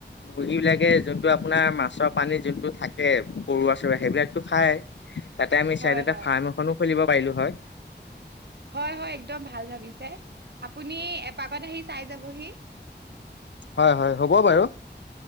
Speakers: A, on the left (about 80°); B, on the right (about 65°).
A: মুৰ্হী বিলাকে যোনটো আপোনাৰ মাছৰ পানী যোনটো থা কে পৰুৱা চৰোৱা সেইবিলাটো খাই, তাতে আমি
B: হয়
A: চাইদতে
B: হয়
A: ফাৰ্ম এখনো খুলিব পাৰিলোঁ হয়।
B: হয় হয় একদম ভাল ভাবিছে। আপুনি এপাকত আহি চাই যাবহি।
A: হয় হয় হ'ব বাৰু।